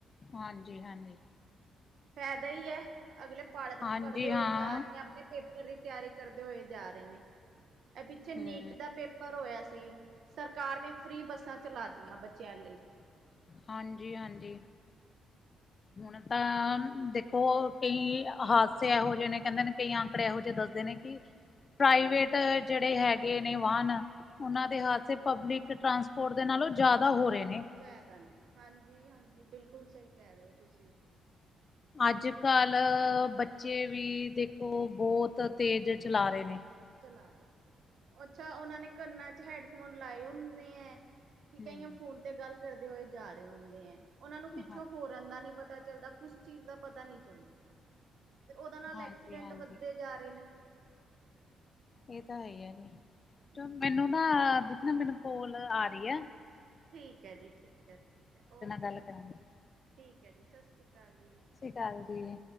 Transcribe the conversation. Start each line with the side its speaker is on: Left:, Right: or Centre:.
Left: ਹਾਂਜੀ-ਹਾਂਜੀ।
Right: ਫਾਇਦਾ ਈ ਐ, ਅਗਲੇ ਪੜਦੇ-ਪੜਦੇ
Left: ਹਾਂਜੀ
Right: ਹੋਏ
Left: ਹਾਂਜੀ ਹਾਂ
Right: ਜਾ ਰਹੇ ਨੇ ਅਪਣੇ ਪੇ ਪੇਪਰ ਦੀ ਤਿਆਰੀ ਕਰਦੇ ਹੋਏ ਜਾ ਰਹੇ ਨੇ, ਇਹ ਪਿੱਛੇ ਨੀਟ
Left: ਹੂੰ
Right: ਦਾ ਪੇਪ ਪੇਪਰ ਹੋਇਆ ਸੀ, ਸਰਕਾਰ ਨੇ ਫ੍ਰੀ ਬੱਸਾਂ ਚਲਾਤੀਆਂ ਬੱਚਿਆਂ ਲਈ।
Left: ਹਾਂਜੀ-ਹਾਂਜੀ, ਹੁਣ ਤਾਂ ਦੇਖੋ ਕਈ
Right: ਹਾਂ
Left: ਹਾਦਸੇ ਇਹੋ ਜੇ ਨੇ, ਕਹਿੰਦੇ ਨੇ ਕਈ ਆੰਕੜੇ ਇਹੋ ਜਿਹੇ ਦੱਸਦੇ ਨੇ ਕਿ ਪ੍ਰਾਈਵੇਟ ਜਿਹੜੇ ਹੈਗੇ ਨੇ ਵਾਹਨ ਉਹਨਾਂ ਦੇ ਹਾਦਸੇ
Right: ਹਾਂਜੀ।
Left: ਪਬਲਿਕ ਟਰਾਂਸਪੋਰਟ ਦੇ ਨਾਲੋਂ ਜ਼ਿਆਦਾ ਹੋ ਰਹੇ ਨੇ।
Right: ਫਾਇਦਾ ਨਹੀਂ, ਹਾਂਜੀ-ਹਾਂਜੀ, ਬਿਲਕੁਲ ਸਹੀ ਕਹਿ ਰਹੇ ਓ ਤੁਸੀਂ।
Left: ਅੱਜ-ਕੱਲ ਬੱਚੇ ਵੀ ਦੇਖੋ ਬਹੁਤ ਤੇਜ਼ ਚਲਾ ਰਹੇ ਨੇ।
Right: ਚਲਾ ਰਹੇ, ਅੱਛਾ ਉਹਨਾਂ ਨੇ ਕੰਨਾਂ'ਚ ਹੈਡਫੋਨ ਲਾਏ ਹੁੰਨੇ ਆ।
Left: ਹੂੰ
Right: ਕਈਆ ਫੋਨ ਤੇ ਗੱਲ ਕਰਦੇ ਹੋਏ ਜਾ ਰਹੇ ਹੁੰਦੇ ਐ, ਉਹਨਾ ਨੂੰ ਪਿੱਛੋਂ
Left: ਹਾਂ
Right: ਹੋਰ ਦਾ ਨੀ ਪਤਾ ਚੱਲਦਾ, ਕੁਛ ਚੀਜ਼ ਦਾ ਪਤਾ ਨੀ ਚੱਲਦਾ, ਫਿਰ ਉਹਦੇ ਨਾਲ
Left: ਹਾਂਜੀ
Right: ਐਕਸੀਡੈਂਟ
Left: ਹਾਂਜੀ
Right: ਵੱਧਦੇ ਜਾ ਰਹੇ ਨੇ।
Left: ਇਹ ਤਾਂ ਹੈ ਈਆ,
Right: ਹਮ
Left: ਮੈਨੂੰ ਨਾ, ਦੇਖ ਨਾ ਮੈਨੂੰ ਕੋਲ ਆ ਰਹੀ ਆ।
Right: ਠੀਕ ਐ ਜੀ, ਠੀਕ ਐ, ਠੀਕ, ਓਕੇ,
Left: ਗੱਲ ਕਰਾਂਗੀ
Right: ਠੀਕ ਜੀ ਸਸਰੀਕਾਲ ਜੀ।
Left: ਚੱਲਦੀ